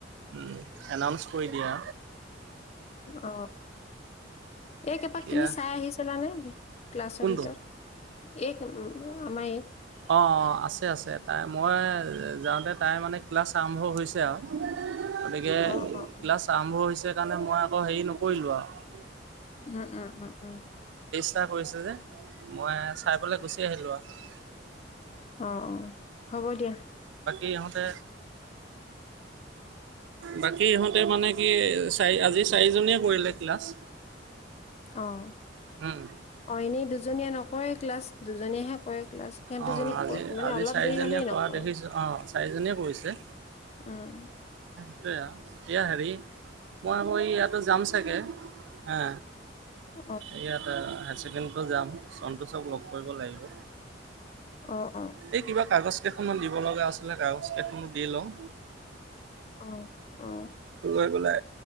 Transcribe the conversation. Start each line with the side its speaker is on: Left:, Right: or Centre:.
Right: উম, অনাউন্স কৰি দিয়া।
Left: অ। এই, কেপাক
Right: এতিয়া
Left: তুমি চাই আহিছিলানে, ক্লাছৰ
Right: কোনটো
Left: ভিতৰত এইক, আমাৰ এইক।
Right: অ'-অ', আছে-আছে তাই মই যা তে তাই মানে ক্লাছ আৰম্ভ হৈছে আৰু। গতিকে
Left: অ অ উম
Right: ক্লাছ আৰম্ভ হৈছে। সেইকাৰণে মই আকৌ হেৰি নকৰিলোঁ আৰু
Left: উম-উম-উম-উম।
Right: তাই কৰিছেযে। মই চাই পেলাই গুচি আহিলো আৰু।
Left: অ'-অ', হ'ব দিয়া।
Right: এই ইহতে, বাকী ইহতে মানে কি চাৰি আজি চাৰিজনীয়ে কৰিলে ক্লাছ।
Left: অ',
Right: উম
Left: অ', এনে দু দুজনীয়ে নকৰে ক্লাছ দুজনীয়েহে কৰে। ক্লাছ সিহত
Right: অঁ
Left: দুজনী,
Right: আজি
Left: মানে
Right: আজি
Left: অলপ
Right: চাৰিজনীয়ে
Left: দেৰি হলেই
Right: কৰা
Left: নকৰে।
Right: দেখিছোঁ অঁ চাৰিজনীয়ে কৰিছে।
Left: উম।
Right: <unintelligible> হেৰি মই আকৌ ইয়াতো যাম চাগে, হা
Left: অ
Right: ইয়াত <unintelligible> <unintelligible> টো যাম, সন্তোষক লগ কৰিব লাগিব।
Left: অ অ
Right: এই কিবা কাগজ কেইখন মান দিব লগা আছিলে, কাগজ কেইখনো দি লওঁ।
Left: অ অ
Right: উম <unintelligible> বোলে,